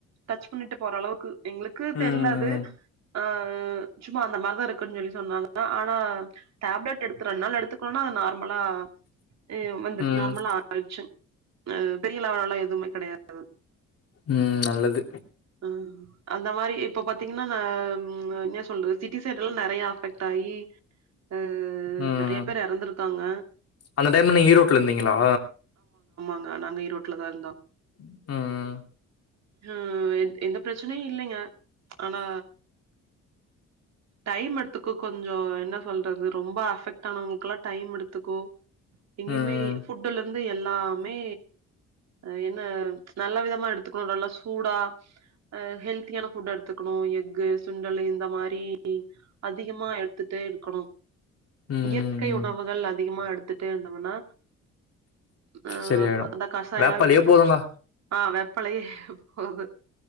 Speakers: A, on the right; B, on the left.
A: டச் பண்ணிட்டு போற அளவுக்கு எங்களுக்கு தெர்ல
B: ம்
A: அது ஆ சும்மா அந்த மாரிதா இருக்குன் சொல்லி சொன்னாங்க ஆனா டேப்லெட் எடுத்து ரெண்ட் நாள் எடுத்துக்கணுனா நார்மலா எ வந்து
B: ம்
A: நார்மலா ஆயிர்ச்சு ம் பெரிய லெவெல்லலா எதுவுமே கெடையாது
B: ம் நல்லது
A: ம் அந்த மாரி இப்ப பாத்தீங்னா நா ம் என்ன சொல்றது சிட்டி சைட்லலா நெறையா அஃபெக்ட் ஆயி ஆ
B: ம்
A: நெறய பேரு எறந்துருக்காங்க
B: அந்த டைம்ல நீங்க ஈரோட்ல இருந்தீங்களா
A: நா நாங்க ஈரோட்டுல தா இருந்தோ
B: ம் ம்
A: ம் எ எந்த ப்ரச்சனையு இல்லைங்க ஆனா டைம் எடு த்துக்க கொஞ்சோ என்னா சொல்றது ரொம்ப அஃபெக்ட் ஆனவங்களுக்கெல்லா டைம் எடுத்துக்கோ எங்கியுமே
B: ம்
A: ஃபுட்டுல இருந்து எல்லாமே அ என்ன நல்ல விதமா எடுத்துக்கணு நல்லா சூடா அ ஹெல்த்தியான ஃபுட் எடுத்துக்கணு எஃகு சுண்டலு இந்த மாரி அதிகமா எடுத்துட்டே இருக்கணு
B: ம்
A: இயற்கை உணவுகள் அதிகமா எடுத் துட்டே இருந்தோன்னா அ
B: சரியாயிடு
A: அந்த கஷயோ
B: வேப்பாலயே
A: எல்லா வச்சு குடிச்சு
B: போதுங்க
A: ஆ வேப்பலைய போது